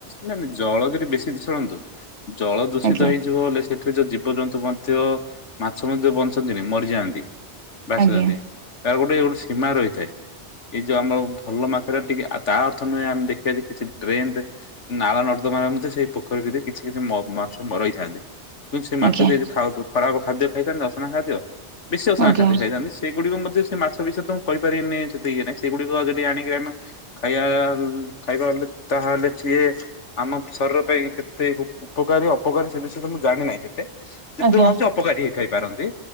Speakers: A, on the left (about 90°); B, on the right (about 80°).
A: ନାଇ ନାଇଁ ଜଳ ଯଦି ବେଶୀ ଦୂସି ଶୁନନ୍ତୁ ଜଳ ଦୂଷିତ
B: ଆଜ୍ଞା
A: ହେଇଯିବ ହେଲେ ସେଠୁ ଯୋଉ ଜୀବ ଜନ୍ତୁ । ତୋ । ମାଛ ମଧ୍ୟ ବଞ୍ଚନ୍ତନି ମରିଯାଆନ୍ତି । ଭାଶୁଚନ୍ତି
B: ଆଜ୍ଞା
A: ତା ଗୋଟେ ଗୋଟେ ସୀମା ରହିଥାଏ । ଏଇ ଯୋଉ ଆମ ଭଲ ମା ସେଟା ଟିକେ ତା ଅର୍ଥ ନୁହେଁ ଆମେ ଦେଖିବା କିଛି ଡ୍ରେନ ରେ ନାଳ ନର୍ଦ୍ଦମା ରେ ମଧ୍ୟ ସେଇ ପୋଖରୀ ଭିତରେ କିଛି କିଛି ମାଛ ରହିଥାନ୍ତି । କିନ୍ତୁ ସେ
B: ଆଜ୍ଞା
A: ମାଛ ସେ ଯେ ହେତୁ ଖରାପ ଖାଦ୍ୟ ଖାଇଥାନ୍ତି ଅସନା ଖାଦ୍ୟ । ବିସି ଅସନା
B: ଆଜ୍ଞା
A: ଖାଦ୍ୟ ଖାଇଥାନ୍ତି ସେଗୁଡିକ ମଧ୍ୟ ସେ ମାଛ ବିଷୟରେ ତ ମୁଁ କହିପାରିବିନି । ସେତେ ଇଏ ନାଇଁ ସେଗୁଡିକ ଯଦି ଆଣିକି ଆମେ ଖାଇବା ଖାଇବାଲେ ତାହେଲେ । ସିଏ ଆମ ଶରୀର ପାଇଁ କେତେ ଉପ ଉପକାରୀ ଅପକାରୀ ସେ ବିଷୟରେ ତମୁଁ ଜାଣି ନାଇଁ । ଏତେ ଯେଥିରୁ
B: ଆଜ୍ଞା
A: ଭାବୁଛି ଅପକାରୀ ହେଇ ଥାଇ ପାରନ୍ତି